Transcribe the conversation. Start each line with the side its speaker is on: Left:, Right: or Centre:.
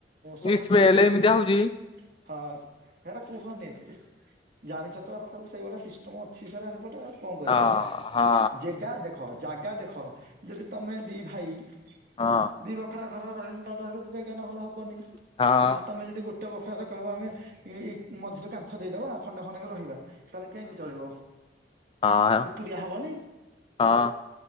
Right: ସବୁ
Left: ଏ ସ୍ମେଲ
Right: ସେଇଠି ଗୋ-
Left: <inaudible>
Right: ହଁ ହେରା କୁହନି ଏଥିରେ ଜାଣିଛ ତ ର ସବୁ ସେଇଭଳିଆ ସିଷ୍ଟମ ଅଛି ସେ ରା ହେପଟେ କଣ କରିବାକୁ
Left: ହଁ ହଁ।
Right: ଯେଗା ଦେଖ ଜାଗା ଦେଖ ଯଦି ତମେ ଦି ଭାଇ-
Left: ହଁ
Right: ଦି ବଖରା ଘର ରହିଲେ ନ ରହିଲେ ତ ଯେଗା ନହେଲେ ହବନି।
Left: ହଁ।
Right: ତମେ ଯଦି ଗୋଟେ ବଖାରେ କହିବ ଆମେ ମଝିରେ କାନ୍ଥ ଦେଇଦେବା ଖଣ୍ଡେଖଣ୍ଡକ ରହିବା ତାହେଲେ- କେମିତି ଚଳିବ
Left: ହଁ
Right: ତୁରୁତୁରିଆ ହବନି?
Left: ହଁ।